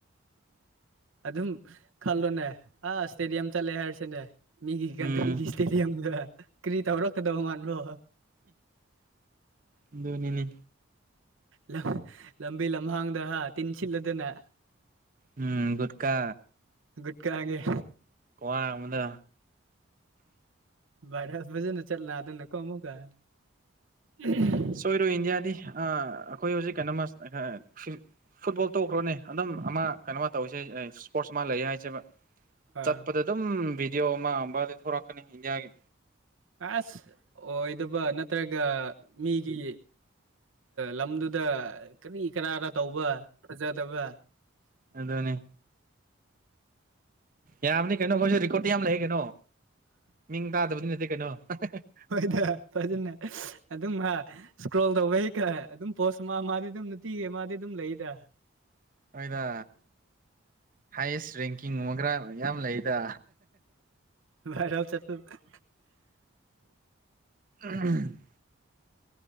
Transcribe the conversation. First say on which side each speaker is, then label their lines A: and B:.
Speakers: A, on the right; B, on the right.
A: ꯑꯗꯨꯝ ꯈꯜꯂꯣꯅꯦ ꯑꯥ ꯏꯁꯇꯦꯗꯤꯌꯝ ꯆꯠꯂꯦ ꯍꯥꯏꯔꯁꯤꯅꯦ ꯃꯤꯒꯤ ꯀꯟꯇ꯭ꯔꯤꯒꯤ
B: ꯎꯝ
A: ꯏꯁꯇꯦꯗꯤꯌꯝꯒ ꯀꯔꯤ ꯇꯧꯔꯛꯀꯗꯧꯕ ꯃꯥꯟꯕ꯭ꯔꯣ
B: ꯑꯗꯨꯅꯤꯅꯦ
A: ꯂꯝ ꯍ ꯂꯝꯕꯤ ꯂꯝꯍꯥꯡꯗ ꯍꯥ ꯇꯤꯟ ꯁꯤꯠꯂꯗꯅ
B: ꯎꯝ ꯒꯨꯠꯀꯥ
A: ꯒꯨꯨꯠꯀꯥꯒꯦ
B: ꯀ꯭ꯋꯥ ꯑꯃꯗ
A: ꯚꯥꯏꯔꯦꯜ ꯐꯖꯅ ꯆꯠꯅꯗꯅꯀꯣ ꯑꯃꯨꯛꯀ ꯎꯝꯍꯨꯝ
B: ꯁꯣꯏꯔꯣꯏ ꯏꯟꯗꯤꯌꯥꯗꯤ ꯑꯥ ꯑꯈꯣꯏ ꯍꯧꯖꯤꯛ ꯀꯩꯅꯣꯝꯃ ꯑꯥ ꯐꯨꯠꯕꯣꯜ ꯇꯣꯛꯈ꯭ꯔꯣꯅꯦ ꯑꯗꯨꯝ ꯑꯃ ꯀꯩꯅꯣꯃ ꯇꯧꯔꯤꯁꯦ ꯏꯁꯄꯣꯔꯠꯁ ꯑꯃ ꯂꯩ ꯍꯥꯏꯁꯦꯕ
A: ꯑꯥ
B: ꯆꯠꯄꯗ ꯑꯗꯨꯝ ꯚꯤꯗꯤꯑꯣ ꯑꯃ ꯑꯝꯕꯗꯤ ꯊꯣꯔꯛꯀꯅꯤ ꯏꯟꯗꯤꯌꯥꯒꯤ
A: ꯑꯁ ꯑꯣꯏꯗꯕ ꯅꯠꯇ꯭ꯔꯒ ꯃꯤꯒꯤ ꯂꯝꯗꯨꯗ ꯀꯔꯤ ꯀꯔꯥꯔ ꯇꯧꯕ ꯐꯖꯗꯕ
B: ꯑꯗꯨꯅꯤ ꯌꯥꯕꯅꯤ ꯀꯩꯅꯣ ꯑꯩꯈꯣꯏꯁꯨ ꯔꯦꯀꯣꯔꯠꯇꯤ ꯌꯥꯝ ꯂꯩꯌꯦ ꯀꯩꯅꯣ ꯃꯤꯡ ꯇꯥꯗꯕꯗꯤ ꯅꯠꯇꯦ ꯀꯩꯅꯣ ꯍꯥ ꯍꯥꯥ ꯍꯥ
A: ꯍꯣꯏꯗ ꯐꯖꯅ ꯑꯗꯨꯝ ꯍꯥ ꯏꯁꯀ꯭ꯔꯣꯜ ꯇꯧꯕꯩ ꯍꯩꯀ ꯑꯗꯨꯝ ꯄꯣꯁ ꯑꯃ ꯑꯃꯗꯤ ꯑꯗꯨꯝ ꯅꯨꯡꯇꯤꯒꯤ ꯑꯃꯗꯤ ꯑꯗꯨꯝ ꯂꯩꯗ
B: ꯑꯩꯈꯣꯏꯗ ꯍꯥꯏꯌꯦꯁ ꯔꯦꯡꯀꯤꯡꯝꯕ ꯈꯔ ꯃꯌꯥꯝ ꯂꯩꯗ
A: ꯚꯥꯏꯔꯝ ꯆꯠꯇꯄꯨꯔ
B: ꯎꯝ